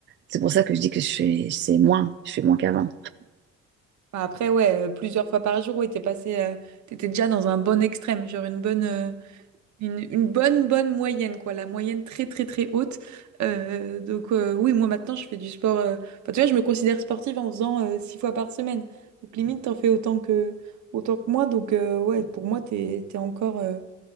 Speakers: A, on the right (about 40°); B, on the right (about 70°).
A: C'est pour ça que je dis que je fais, c'est moins, je fais moins qu'avant.
B: Bah, après ouais, euh, plusieurs fois par jour, ouais t'es passé, euh, t'étais déjà dans un bon extrême, genre une bonne, euh, une, une bonne bonne moyenne quoi, la moyenne très très très haute. Euh, donc euh, oui, moi maintenant je fais du sport. euh, enfin, tu vois, je me considère sportive en faisant euh, six fois par semaine. Donc limite t'en fais autant que autant que moi, donc euh, ouais, pour moi t'es t'es encore euh,